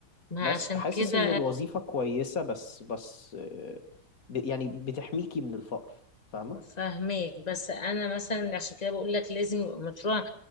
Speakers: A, on the left (about 20°); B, on the left (about 45°).
A: ما
B: بس
A: عشان
B: فحاسس
A: كده
B: ان الوظيفة كويسة بس بس اه ب- يعني بتحميكي من الفقر فاهمة
A: فاهماك بس انا مثلا عشان كده بقول لك لازم يبقى مشروع